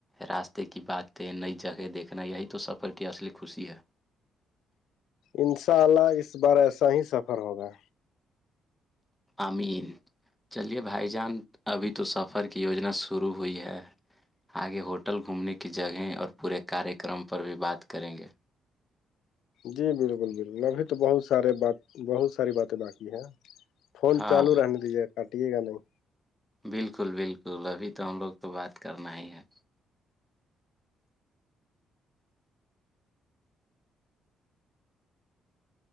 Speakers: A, in the centre; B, on the left.
A: راستے کی بات ہےیں نئی جگہ دیکھنا یہی تو سفر کی اصلی خوشی ہے
B: ان شاء اللہ اس بار ایسا ہی سفر ہوگا
A: امین چلیے بھائی جان ابھی تو سفر کی یوجنا شروع ہوئی ہے آگے ہوٹل گھومنے کی جگہیں اور پورے کاریہ کررم پر بھی بات کریں گے
B: جی بالکل بالکل ابھی تو بہت سارے بات بہت ساری باتیں باقی ہیں فون
A: ہاں
B: چالو رہنے دیجیے کاٹیے گا نہیں
A: بالکل بالکل ابھی تو ہم لوگ تو بات کرنا ہی ہے